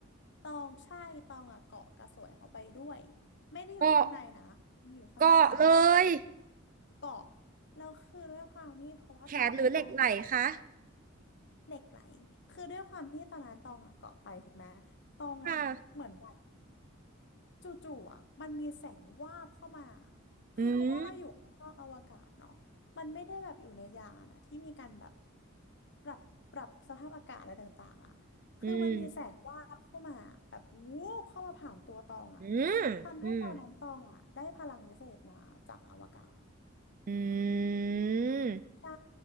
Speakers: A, on the left (about 60°); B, on the right (about 40°).
A: ตองใช่ ตองอ่ะเกาะกระสวยเขาไปด้วย ไม่ได้อยู่ข้างในนะ
B: ก็
A: อยู่ข้างนอก
B: ก็เลย
A: เกาะแล้วคือด้วยความที่เพราะว่าตอนนั้นที่ตอง
B: แขนหรือเหล็กไหลคะ
A: เหล็กไหลคือด้วยความที่ตอนนั้นตองอ่ะเกาะไปถูกไหมตองอ่ะเหมือนแบบ
B: ค่ะ
A: จู่ๆอ่ะมันมีแสงวาบเข้ามาคือเพราะว่าเราอยู่ข้างนอกอวกาศเนาะมันไม่ได้แบบอยู่ในยานอ่ะที่มีการแบบ
B: อืม
A: ปรับปรับสภาพอากาศอะไรต่างๆอ่ะคือมันมีแสงวาบเข้ามาแบบวูบเข้ามาผ่านตัวตองอ่ะ
B: อืมอืมอืม
A: ทำให้ตอนนั้นตองอ่ะได้พลังวิเศษมาจากอวกาศ
B: อืม
A: ใช่